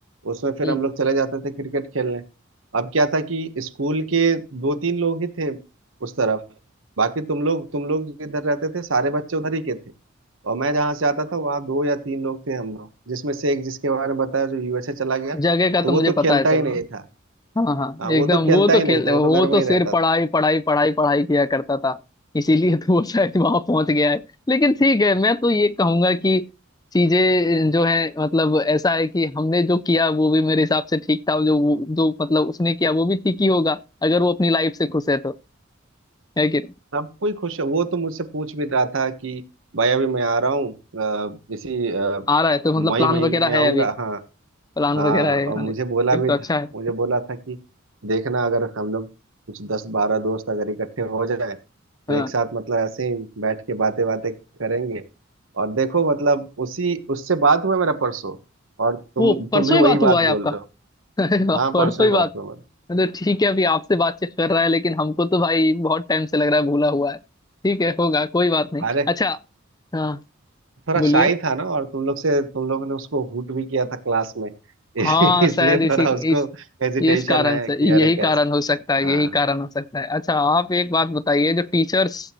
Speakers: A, on the right; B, on the left.
A: उसमें फिर
B: हम्म,
A: हम लोग चले जाते थे क्रिकेट खेलने अब क्या था कि स्कूल के दो तीन लोग ही थे उस तरफ बाकी तुम लोग तुम लोग जिधर रहते थे सारे बच्चे उधर ही के थे और मैं जहाँ से आता था वहाँ दो या तीन लोग थे हम लोग जिसमें से एक जिसके बारे में बताया जो यूएसए चला गया
B: जगह का तो
A: तो वो
B: मुझे
A: तो
B: पता
A: खेलता
B: है सब
A: ही नहीं
B: हाँ।
A: था
B: हाँ हाँ
A: हाँ वो
B: एकदम
A: तो खेलता
B: वो तो
A: ही नहीं
B: खेल
A: था
B: वो
A: वो तो घर में
B: तो
A: ही
B: सिर्फ
A: रहता
B: पढ़ाई
A: था
B: पढ़ाई पढ़ाई पढ़ाई किया करता था इसीलिए तो वो शायद वहां पहुंच गया है लेकिन ठीक है मैं तो ये कहूंगा कि चीजें जो है मतलब ऐसा है कि हमने जो किया वो भी मेरे हिसाब से ठीक था जो वो- जो मतलब उसने किया वो भी ठीक ही होगा अगर वो अपनी लाइफ से खुश है तो है कि नहीं?
A: सब कोई खुश है वो तो मुझसे पूछ भी रहा था कि भाई अभी मैं आ रहा हूँ अ, इसी अ,
B: आ रहा है तो
A: मई
B: मतलब प्लान
A: महीने
B: वगैरह
A: में आऊंगा
B: है अभी
A: हाँ
B: प्लान
A: हाँ
B: वगैरह है
A: और मुझे
B: आने-
A: बोला
B: फिर
A: भी
B: तो
A: था
B: अच्छा है
A: मुझे बोला था कि देखना अगर हम लोग कुछ दस बारह दोस्त अगर इकट्ठे हो जाए तो
B: हाँ
A: एक साथ मतलब ऐसे ही बैठ के बातें बातें करेंगे और देखो मतलब उसी उससे बात हुआ मेरा परसों और तुम
B: वो परसों
A: तुम भी वही
B: ही बात
A: बात
B: हुआ है
A: बोल
B: आपका
A: रहे हो
B: <laughs>
A: हाँ
B: परसों
A: परसों ही
B: ही
A: बात
B: बात
A: हुआ मेरा
B: मतलब ठीक है अभी आपसे बातचीत कर रहा है लेकिन हमको तो भाई बहुत टाइम से लग रहा है भूला हुआ है ठीक है होगा कोई बात नहीं
A: अरे
B: अच्छा हाँ
A: थोड़ा
B: बोलिए
A: शाही था ना और तुम लोग से तुम लोगों ने उसको हूट भी किया था क्लास में <laughs>
B: हाँ
A: इसलिए
B: शायद
A: थोड़ा
B: इसी
A: उसको
B: इस
A: हेजिटेशन
B: इस कारण
A: है
B: से
A: कि अरे
B: यही
A: कैसे
B: कारण हो सकता है
A: हाँ
B: यही कारण हो सकता है अच्छा आप एक बात बताइए जो टीचर्स